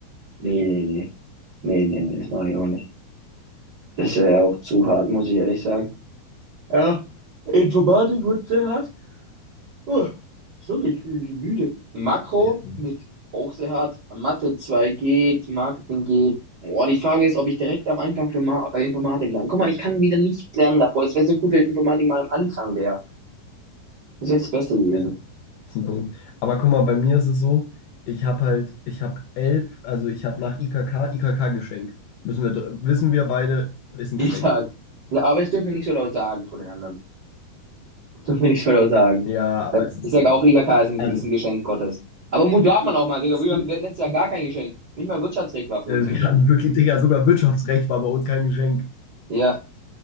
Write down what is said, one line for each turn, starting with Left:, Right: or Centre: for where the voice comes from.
Right: Nee, nee, nee. Nee, nee, nee, das mache ich auch nicht. Das wäre auch zu hart, muss ich ehrlich sagen. Ja, Informatik wird sehr hart. Oh, sorry, ich bin so müde. Makro
Left: Mhm.
Right: wird auch sehr hart. Mathe 2 geht, Marketing geht. Boah, die Frage ist, ob ich direkt am Anfang für Ma äh, Informatik lerne. Guck mal, ich kann wieder nicht lernen davor. Es wäre so gut, wenn Informatik mal am Anfang wäre. Das wäre das Beste gewesen.
Left: Ja, das ist ein Punkt. Aber guck mal, bei mir ist es so, ich habe halt, ich habe elf, also ich habe nach IKK, IKK-Geschenk. Müssen wir, dr- wissen wir beide, ist ein
Right: Ich
Left: Geschenk.
Right: sag. Ja, aber das dürfen wir nicht so laut sagen vor den anderen. Das dürfen wir nicht so laut sagen.
Left: Ja, aber
Right: Sag-
Left: es ist.
Right: Ich sag auch, IGK ist ein,
Left: Also,
Right: ist ein Geschenk Gottes. Aber Mut darf man auch mal, Digga.
Left: C,
Right: Wir haben wir haben letztes Jahr gar kein Geschenk. Nicht mal Wirtschaftsrecht war für
Left: äh,
Right: uns Geschenk.
Left: wir hatten wirklich, Digga, sogar Wirtschaftsrecht war bei uns kein Geschenk.
Right: Ja,